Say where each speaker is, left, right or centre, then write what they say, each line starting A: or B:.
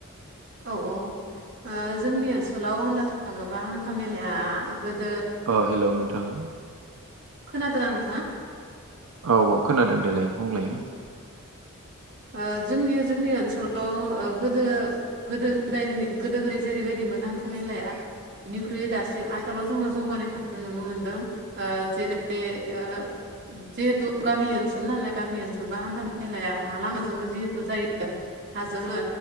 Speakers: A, on the right (about 55°); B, on the right (about 80°).
A: औ औ ओ जोंनि ओनसोलाव होननो थाङोब्ला हान्था मेलाया गोदो
B: अ हेलौ नोंथां
A: खोनादोना नोंथाङा?
B: औ-औ खोनादों देलाय बुंलाय
A: हेल' अ जोंनि जोंनि ओनसोलाव गोदो गोदो गोदायनि गोदो गोदाय जेरैबायदिमोन हान्था मेलाया बिनिख्रुइ दासिम आथिखालाव जोङो जौगानायखौ नुनो मोनदों आ जेरै आ जिहेथु गामि ओनसोल नालाय गामि ओनसोल बा हान्था मेलाया ह लामाजोंनो जिहेथु जायो हाजोंनो